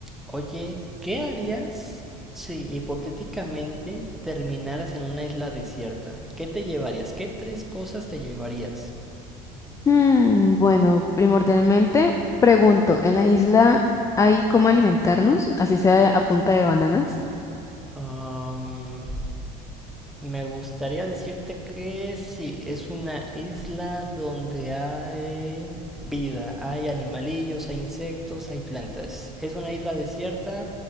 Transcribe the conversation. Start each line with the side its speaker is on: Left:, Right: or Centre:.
Centre: Oye, ¿qué harías si hipotéticamente terminaras en una isla desierta? ¿Qué te llevarías? ¿Qué tres cosas te llevarías?
Left: Mm, bueno, primordialmente pregunto, ¿en la isla hay cómo alimentarnos, así sea a punta de bananas?
Centre: Am, me gustaría decirte que sí, es una isla donde hay vida, hay animalillos, hay insectos, hay plantas. Es una isla desierta,